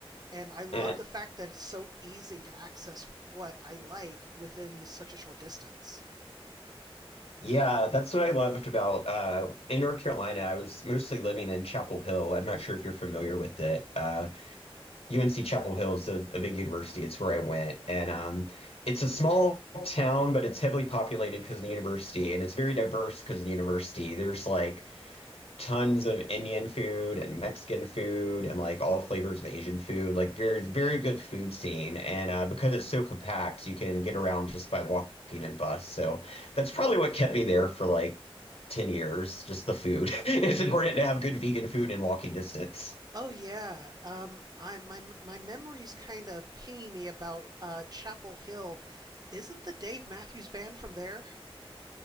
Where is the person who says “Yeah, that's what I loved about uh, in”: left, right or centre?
Left